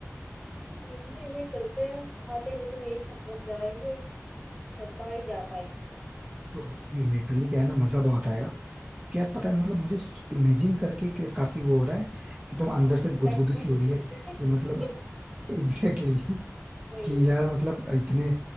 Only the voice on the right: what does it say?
नहीं लिटरली क्या है
ना मजा बहुत आएगा क्योंकि यार पता है मतलब मुझे इमेजिन करके के काफी वो हो रहा है एकदम अंदर
से
गुदगुदी सी हो रही
है
कि मतलब
<laughs> एग्जैक्टली exactly,
कि
यार मतलब इतने